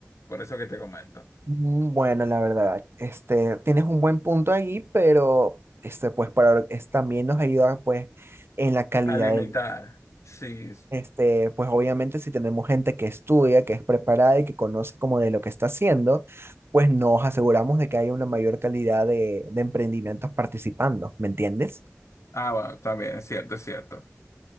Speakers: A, on the left (about 85°); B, on the right (about 55°).
A: Por eso que te comento.
B: Mm, Bueno, la verdad, este, tienes un buen punto ahí, pero este, pues para, es, también nos ayuda pues en la calidad
A: A limitar.
B: del,
A: Sí.
B: este, pues obviamente si tenemos gente que estudia, que es preparada y que conoce como de lo que está haciendo, pues nos aseguramos de que haya una mayor calidad de, de emprendimientos participando, ¿me entiendes?
A: Ah, bueno, también es cierto, es cierto.